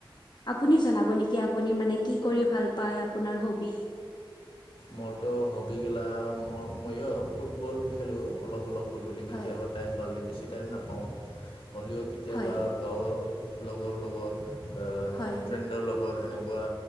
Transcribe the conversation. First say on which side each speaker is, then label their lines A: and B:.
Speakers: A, on the left; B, on the left.
A: আপুনি জনাব নেকি আপুনি মানে, কি কৰি ভাল পায় আপোনাৰ হবি
B: মোৰতো হবি গেলা ম মইো ফুটবল খেলো অলপ অলপ গধূলি কেতিয়াবা
A: হয়
B: টাইম পালে বেছি টাইম নাপাওঁ হ'লেও কেতিয়াবা
A: হয়
B: গাঁৱৰ লগৰ লগত ফ্ৰেণ্ডৰ
A: হয়
B: লগত এনেকুৱা